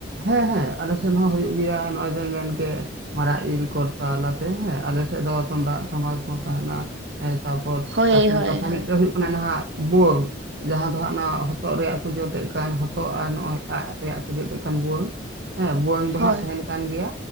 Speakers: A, on the right; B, on the right.
A: ᱦᱮᱸ ᱦᱮᱸ ᱟᱞᱮ ᱥᱮᱫ ᱦᱚᱸ ᱦᱩᱭᱩᱜ ᱜᱮᱭᱟ ᱱᱚᱜ-ᱚᱭ ᱵᱮᱱ ᱢᱮᱱᱠᱮᱜ ᱾ ᱢᱟᱨᱟᱜ ᱤᱞ ᱠᱚᱨᱛᱟᱞ ᱟᱛᱮ ᱦᱮᱸ ᱟᱞᱮ ᱥᱮᱫ ᱫᱚ ᱛᱩᱢᱫᱟᱜ ᱴᱟᱢᱟᱠ ᱦᱚᱸ ᱛᱟᱦᱮᱱᱟ ᱾ ᱦᱮᱸ ᱛᱟᱨᱯᱚᱨ
B: ᱦᱳᱭ
A: ᱟᱥᱚᱞ
B: ᱦᱳᱭ
A: ᱠᱟᱛᱷᱟ
B: ᱦᱳᱭ
A: ᱢᱤᱫᱴᱮᱡ ᱦᱩᱭᱩᱜ ᱚᱱᱟ ᱱᱟᱦᱟᱜ ᱵᱩᱳᱝ ᱡᱟᱦᱟᱸ ᱫᱚ ᱦᱟᱸᱜ ᱚᱱᱟ ᱦᱚᱛᱚᱫ ᱨᱮᱭᱟᱜ ᱠᱚ ᱡᱩᱛᱮᱫ ᱠᱟᱱ ᱦᱚᱛᱚᱜ ᱟᱨ ᱱᱚᱜ-ᱚᱭ ᱟᱯᱮ ᱥᱮᱫ ᱪᱮᱫ ᱠᱟᱱ ᱵᱷᱩᱣᱟᱹᱝ ᱦᱮᱸ ᱵᱷᱩᱣᱟᱹᱝ ᱫᱚ
B: ᱦᱳᱭ
A: ᱦᱟᱸᱜ ᱛᱟᱦᱮᱱ ᱠᱟᱱ ᱜᱮᱭᱟ᱾